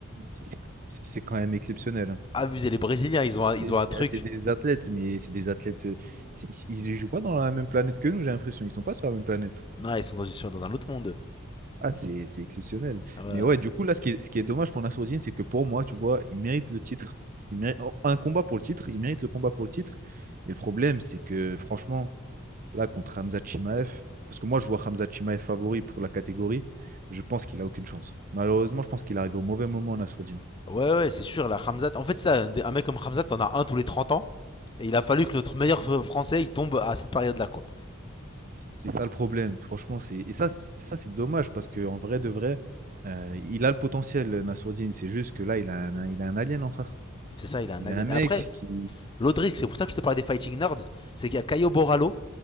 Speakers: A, on the right; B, on the left.
A: c'est c'est- c'est quand même exceptionnel. hein.
B: Amusez les Brésiliens, ils ont un,
A: C'est
B: ils ont
A: c'est-
B: un truc.
A: ah, c'est des athlètes, mais c'est des athlètes. euh, c'est- Ils ne jouent pas dans la même planète que nous, j'ai l'impression. Ils sont pas sur la même planète.
B: Non, ils sont dans, ils sont dans un autre monde.
A: Ah, c'est c'est exceptionnel.
B: Ah ouais,
A: Mais
B: ouais.
A: ouais, du coup, là, ce qui est, ce qui est dommage pour Nassourdine, c'est que pour moi, tu vois, il mérite le titre. Il mérite oh, un combat pour le titre. Il mérite le combat pour le titre. Mais le problème, c'est que franchement, là, contre Hamza Chimaev, parce que moi, je vois Hamza Chimaev favori pour la catégorie, je pense qu'il a aucune chance. Malheureusement, je pense qu'il arrive au mauvais moment, Nassourdine.
B: Ouais, ouais, c'est sûr, la Hamzat. En fait, ça, un mec comme Hamzat, t'en as un tous les 30 ans. Et il a fallu que notre meilleur euh, français, il tombe à cette période-là, quoi.
A: C'est ça le problème, franchement. C'est... Et ça, c'est- ça c'est dommage parce qu'en vrai de vrai, euh, il a le potentiel, Nassourdine. C'est juste que là, il a un, il a un alien en face.
B: C'est ça, il est un
A: Il
B: alien.
A: a un mec
B: Après,
A: qui.
B: l'autre risque, c'est pour ça que je te parlais des Fighting Nerds, c'est qu'il y a Caio Borralho